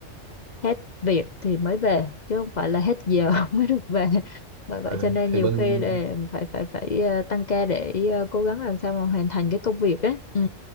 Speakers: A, on the left (about 50°); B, on the right (about 70°).
A: hết việc thì mới về chứ không phải là hết giờ <laughs> mới được về bởi vậy
B: à,
A: cho nên
B: thì
A: nhiều
B: bên
A: khi để phải phải phải ờ, tăng ca để ờ, cố gắng làm sao mà hoàn thành cái công việc ấy ừ